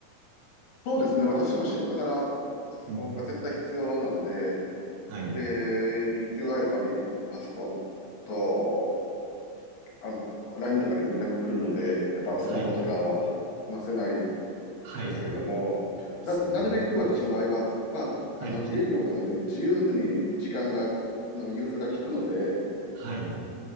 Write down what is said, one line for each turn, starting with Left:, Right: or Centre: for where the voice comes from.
Left: そうですね。私も仕事からパソコンが絶対必要なので、
Right: うん。はい。
Left: で、日中はやっぱりパソコンと、あの、LINE とかで連絡来るので、やっぱスマホとかは話せない
Right: はい。はい。
Left: ですけども、
Right: ですよね。
Left: な、なるべく私の場合は、まあ、
Right: はい。
Left: あの、自営業なので、自由に時間が、の融通が利くので、
Right: はい。